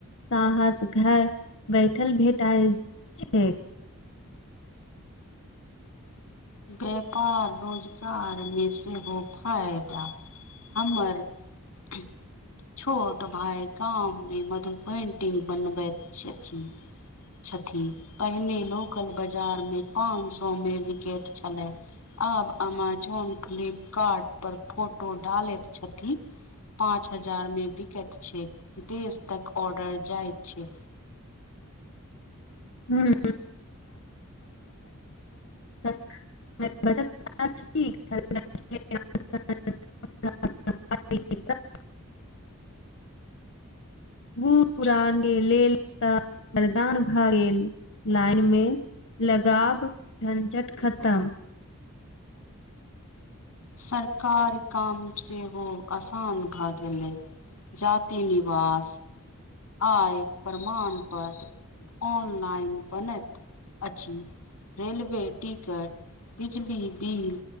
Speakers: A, on the left; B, on the left.
A: ताहस घर बैठल भेटय छैय।
B: व्यापार रोजगारमे सेहो फायदा हमर <unintelligible> छोट भााय गाम मे मधु पेन्टिंग बनबैत छथिन। छथि पहिने लोकल बाजार मे पाँच सौ मे विकेत छलै आब अमेजोन फ्लिपकार्ट पर फोटो डालैत छथिन पाँच हजार मे बिकैत छैय विदेश तक ऑर्डर जाय छैय।
A: हूं <unintelligible> <unintelligible> <unintelligible> बूढ पुरानके लेल तऽ वरदान भए गेल लाइन मे लगाब झञझट खतम।
B: सरकार काम सेहो आसान भए गेलै। जाति निवास आय प्रमाण पत्र ऑनलाइन बनैत अछि। रेलवे टिकट बिजली बिल